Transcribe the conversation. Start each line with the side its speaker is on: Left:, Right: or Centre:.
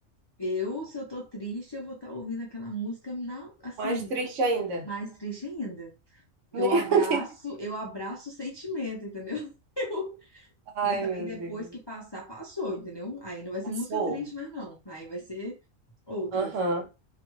Left: Eu, se eu tô triste, eu vou estar ouvindo aquela música na, assim,
Right: Mais triste ainda.
Left: Mais triste ainda. Eu
Right: Meu <laughs>
Left: abraço,
Right: Deus.
Left: eu abraço o sentimento, entendeu? <laughs> Eu-
Right: Ai,
Left: Mas também
Right: meu
Left: depois
Right: Deus.
Left: que passar, passou, entendeu? Aí não vai ser
Right: Passou?
Left: música triste, mas não. Aí vai ser outras.
Right: Aham.